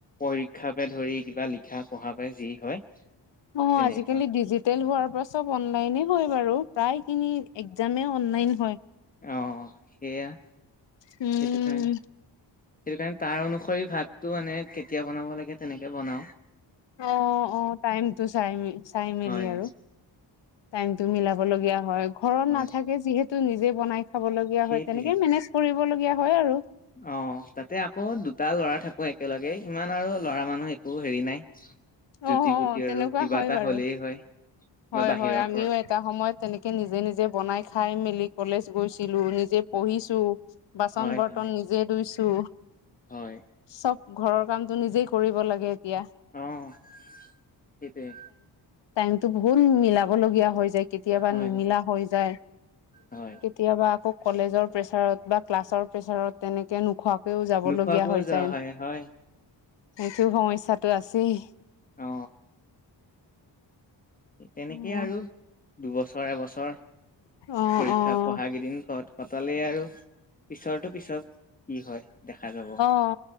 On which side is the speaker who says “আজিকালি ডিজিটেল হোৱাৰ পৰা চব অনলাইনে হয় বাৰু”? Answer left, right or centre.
Left